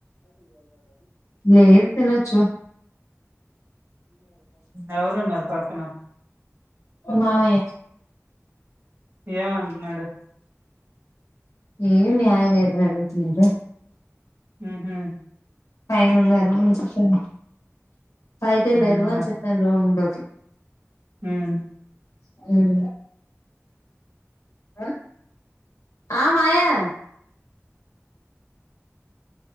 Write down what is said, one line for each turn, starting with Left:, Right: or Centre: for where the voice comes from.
Left: లేద్ తిన్నొచ్చు
Right: ఎవరునర్పాకనా
Left: మా మామయ్య
Right: ఏం అంట్న్నాడు
Left: ఏ మీ ఆయనేటుబోయిండు బుజ్జి అంటే
Right: ఉహ్ హు
Left: పైనున్నారు నేనుచూసొద్ పైకి వెళ్ళారు
Right: ఉమ్
Left: అని
Right: దా
Left: చెప్పను రూంలోకి
Right: ఉమ్
Left: సరేలే ఆ ఆ మాయా